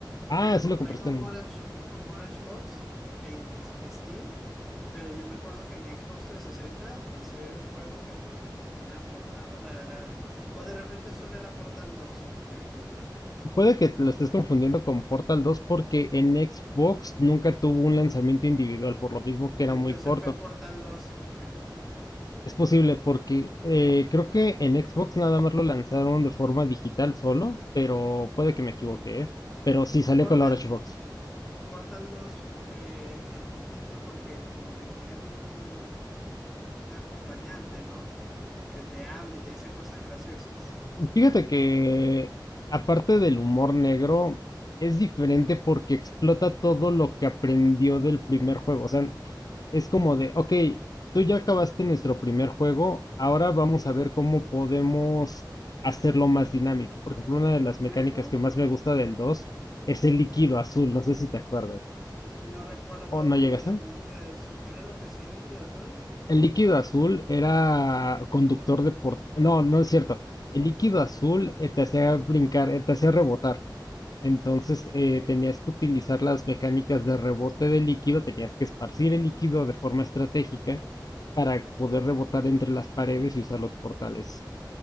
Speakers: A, on the left; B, in the centre.
A: ah,
B: Yo lo
A: sí
B: compré
A: lo compraste
B: con
A: en...
B: Orange, con Orange Box en s- Steam, pero yo me acuerdo que en Xbox trescientos sesenta ese era un juego que, que tenía una portada, o sea, era... O de repente solo era Portal dos si me estoy equivocando.
A: Puede que lo estés confundiendo con Portal 2 porque en Xbox nunca tuvo un lanzamiento individual, por lo mismo que
B: Entonces
A: era muy corto.
B: fue Portal dos si me estoy confundiendo, claro.
A: Es posible porque eh, creo que en Xbox nada más lo lanzaron de forma digital solo, pero puede que me equivoque,
B: Ujú.
A: ¿eh? Pero sí salió
B: Portal,
A: con la Orange Box.
B: Portal dos eh, es distinto porque como que tienes un, un acompañante, ¿no? Que te habla y te dice cosas graciosas.
A: Fíjate que, aparte del humor negro, es diferente porque explota todo lo que aprendió del primer juego. O sea, es como
B: Mm,
A: de, ok, tú ya acabaste nuestro primer juego, ahora vamos a ver cómo podemos hacerlo más dinámico. Por ejemplo, una de las mecánicas
B: ujú.
A: que más me gusta del 2 es el líquido azul, no sé si te acuerdas.
B: No recuerdo
A: ¿O no llegaste?
B: lo del líquido azul. ¿Qué era lo que hacía el líquido azul?
A: El líquido azul era conductor de por... No, no es cierto. El líquido azul eh, te hacía brincar, eh, te hacía rebotar. Entonces eh, tenías que utilizar las mecánicas de rebote de líquido, tenías que esparcir el líquido de forma estratégica para poder rebotar entre las paredes y usar los portales